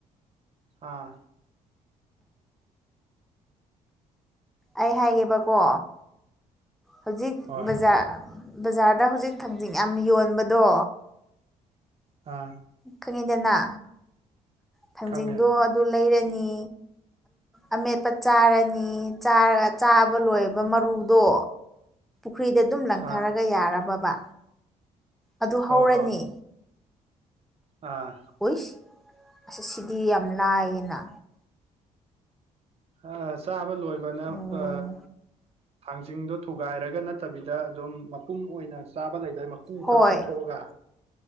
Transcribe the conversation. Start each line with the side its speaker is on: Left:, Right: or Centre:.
Right: ꯑꯥ
Centre: ꯑꯩ ꯍꯥꯏꯒꯦꯕꯀꯣ ꯍꯧꯖꯤꯛꯕꯖꯥ
Right: ꯍꯣꯏ
Centre: ꯕꯖꯥꯔꯗ ꯍꯧꯖꯤꯛ ꯊꯥꯡꯖꯤꯡ ꯌꯥꯝ ꯌꯣꯟꯕꯗꯣ
Right: ꯑ
Centre: ꯈꯪꯉꯤꯗꯅ ꯊꯥꯡꯖꯤꯡꯗꯣ
Right: ꯈꯪꯉꯦ
Centre: ꯑꯗꯨ ꯂꯩꯔꯅꯤ ꯑꯃꯦꯠꯄ ꯆꯥꯔꯅꯤ ꯆꯥꯔꯒ ꯆꯥꯕ ꯂꯣꯏꯕ ꯃꯔꯨꯗꯣ ꯈꯨꯨꯏꯗ ꯑꯗꯨꯝ ꯂꯪꯊꯔꯒ
Right: ꯑꯥ
Centre: ꯌꯥꯔꯕꯕ ꯑꯗꯨ ꯍꯧꯔꯅꯤ
Right: ꯍꯣꯏ ꯑꯥ
Centre: ꯎꯏꯁ ꯑꯁ ꯁꯤꯗꯤ ꯌꯥꯝ ꯂꯅꯥꯥꯏꯏꯌꯦꯅ
Right: ꯑ ꯆꯥꯕ ꯂꯣꯏꯕꯅ
Centre: ꯎꯝ
Right: ꯑ ꯊꯥꯡꯖꯤꯡꯗꯣ ꯊꯨꯒꯥꯏꯔꯒ ꯅꯠꯇꯕꯤꯗ ꯑꯗꯨꯝ ꯃꯄꯨꯝ ꯑꯣꯏꯅ ꯆꯥꯕ ꯂꯩ ꯑꯗꯨꯗꯩ ꯃꯀꯨ
Centre: ꯍꯣꯏ
Right: ꯈꯛ ꯆꯥꯊꯣꯛꯑꯒ